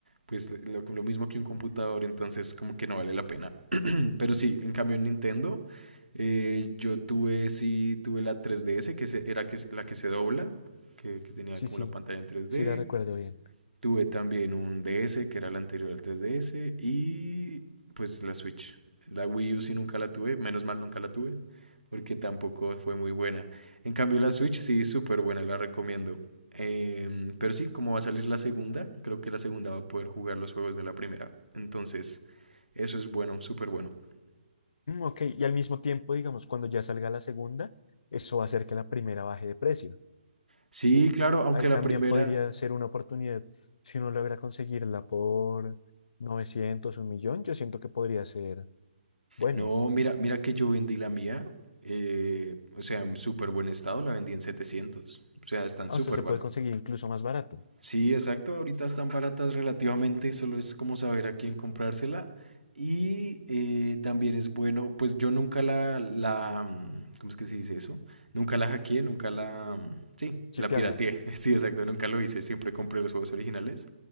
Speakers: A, on the right (about 85°); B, on the left (about 50°).
A: pues lo, lo mismo que un computador, entonces como que no vale la pena. <clears throat> Pero sí, en cambio en Nintendo, eh, yo tuve, sí, tuve la 3DS, que se- era que, es- la que se dobla, que, que tenía
B: sí,
A: como
B: sí,
A: la pantalla en tres
B: sí
A: d
B: la recuerdo bien.
A: Tuve también un DS, que era el anterior al 3DS, y pues la Switch. La Wii U sí nunca la tuve, menos mal nunca la tuve, porque tampoco fue muy buena. En cambio la Switch sí, súper buena, la recomiendo. Em, pero sí, como va a salir la segunda, creo que la segunda va a poder jugar los juegos de la primera. Entonces, eso es bueno, súper bueno.
B: Mm, ok, y al mismo tiempo, digamos, cuando ya salga la segunda, eso va a hacer que la primera baje de precio.
A: Sí, claro, aunque
B: Ahí
A: la
B: también
A: primera...
B: podría ser una oportunidad si uno logra conseguirla por 900 un millón, yo siento que podría ser bueno.
A: No, mira, mira que yo vendí la mía. eh, o sea, en súper buen estado, la vendí en setecientos O sea, están
B: O
A: súper
B: sea, se puede conseguir incluso más barato,
A: Sí, exacto. Ahorita están baratas relativamente, solo es como saber a quién comprársela. Y eh, también es bueno, pues yo nunca la, la, mm, ¿cómo es que se dice eso? Nunca la hackeé, nunca la, mm, sí,
B: chipearla.
A: la pirateé. <laughs> Sí, exacto, nunca lo hice, siempre compré los juegos originales.